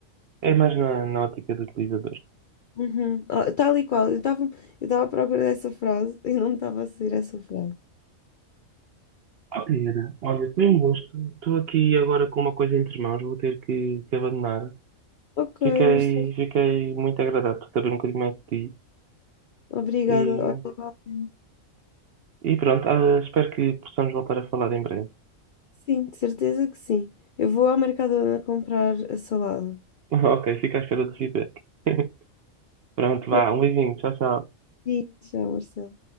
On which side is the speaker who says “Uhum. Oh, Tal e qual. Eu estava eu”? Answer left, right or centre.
Left